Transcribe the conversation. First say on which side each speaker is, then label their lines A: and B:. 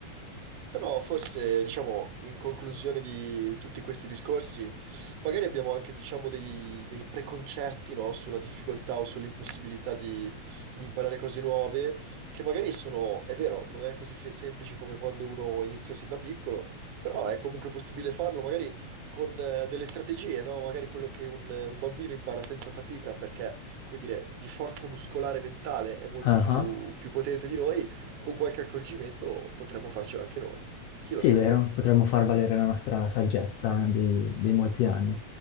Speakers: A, on the right (about 75°); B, on the left (about 75°).
A: Però forse, diciamo, in conclusione di tutti questi discorsi, magari abbiamo anche, diciamo, dei, dei preconcetti, no? Sulla difficoltà o sull'impossibilità di, di imparare cose nuove, che magari sono, è vero, non è così fe- semplice come quando uno inizia sin da piccolo, però è comunque possibile farlo, magari con eh, delle strategie, no? Magari quello che un, un bambino impara senza fatica, perché, come dire, di forza muscolare e mentale è molto
B: Ah,
A: più più potente di noi, con qualche accorgimento potremmo farcela anche noi. Chi
B: Sì,
A: lo sa?
B: vero, potremmo far valere la nostra saggezza dei, dei molti anni